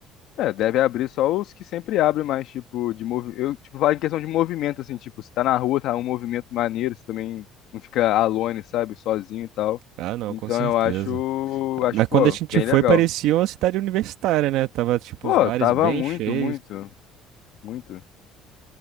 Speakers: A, on the left; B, on the right.
A: É, deve abrir só os que sempre abrem mais, tipo, de movi... Eu, tipo, falo em questão de movimento, assim, tipo, se tá na rua, tá um movimento maneiro, você também não fica alone, sabe, sozinho e tal.
B: Ah, não,
A: Então
B: com certeza.
A: eu acho, acho,
B: Mas quando
A: pô,
B: a gente
A: bem
B: foi,
A: legal.
B: parecia uma cidade universitária, né? Tava, tipo,
A: Pô,
B: os bares
A: tava
B: bem
A: muito,
B: cheios.
A: muito, muito.